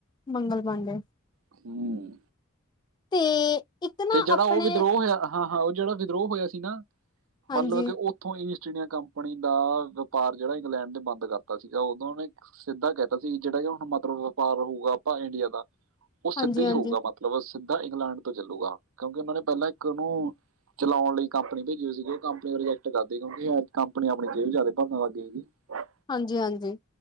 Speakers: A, on the left; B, on the right.
A: ਮੰਗਲ ਪਾਂਡੇ।
B: ਹਮ,
A: ਤੇ ਇੱਕ ਨਾ
B: ਤੇ ਜਿਹੜਾ
A: ਆਪਣੇ
B: ਉਹ ਵਿਦਰੋਹ ਹੋਇਆ ਹਾਂ-ਹਾਂ, ਉਹ ਜਿਹੜਾ ਵਿਦਰੋਹ ਹੋਇਆ ਸੀ ਨਾ
A: ਹਾਂਜੀ,
B: ਮਤਲਬ ਕਿ ਉੱਥੋਂ ਈਸਟ ਇੰਡੀਆ ਕੰਪਨੀ ਦਾ ਵਪਾਰ ਜਿਹੜਾ ਇੰਗਲੈਂਡ ਨੇ ਬੰਦ ਕਰਤਾ ਸੀਗਾ। ਉਦੋਂ ਨੇ ਸਿੱਧਾ ਕਹਿਤਾ ਸੀ, ਜਿਹੜਾ ਕਿ ਹੁਣ ਮਤਲਬ ਵਪਾਰ ਹੋਊਗਾ ਆਪਾਂ ਇੰਡੀਆ ਦਾ ਉਹ ਸਿੱਧਾ
A: ਹਾਂਜੀ,
B: ਹੀ
A: ਹਾਂਜੀ,
B: ਹੋਊਗਾ, ਮਤਲਬ ਸਿੱਧਾ ਇੰਗਲੈਂਡ ਤੋਂ ਚੱਲੂਗਾ, ਕਿਉਂਕਿ ਉਹਨਾਂ ਨੇ ਪਹਿਲਾਂ ਇੱਕ ਉਹਨੂੰ ਚਲਾਉਣ ਲਈ ਕੰਪਨੀ ਭੇਜੀ ਸੀਗੀ, ਉਹ ਕੰਪਨੀ ਰਿਜੈਕਟ ਕਰਦੀ, ਕਿਉਂਕਿ ਕੰਪਨੀ ਆਪਣੀ ਜੇਬ ਜ਼ਿਆਦਾ ਭਰਨ ਲੱਗਈ ਸੀਗੀ। ਹ।
A: ਹਾਂਜੀ- ਹਾਂਜੀ।